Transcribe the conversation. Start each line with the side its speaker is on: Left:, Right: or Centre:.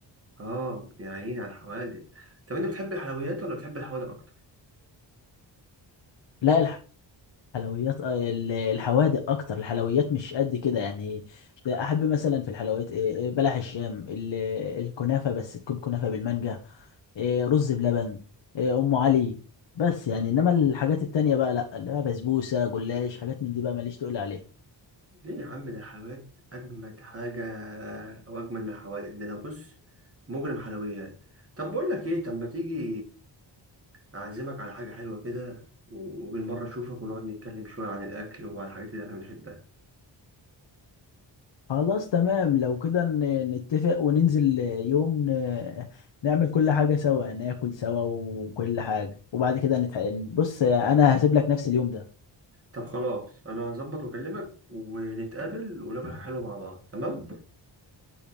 Right: اه يا عيني على الحوادق طب انت بتحب الحلويات ولا بتحب الحوادق اكتر
Left: لا حلويات آه، ال- الحوادق اكتر الحلويات مش قد كده يعني ده احب مثلا في الحلويات إيه، إيه، بلح الشام ال- الكنافه بس تكون كنافه بالمانجا إيه، رز بلبن إيه، ام علي بس يعني انما الحاجات التانية بقى لا اللي هي بسبوسه جلاش حاجات من دي بقى ماليش تقول عليها
Right: ليه يا عم ده الحلويات اجمد حاجه او اجمل من الحوادق ده انا بص مجرم حلويات طب بقول لك ايه طب ما تيجي اعزمك على حاجه حلوه كده وبالمره اشوفك ونقعد نتكلم شويه عن الاكل وعن الحاجات اللي احنا بنحبها
Left: خلاص تمام لو كده ن- نتفق وننزل آه، يوم ن- نعمل كل حاجة سوا ناكل سوا وكل حاجة وبعد كده نتح... بص أنا هسيب لك نفس اليوم ده
Right: طب خلاص انا هظبط واكلمك ونتقابل وناكل حاجه حلوه مع بعض تمام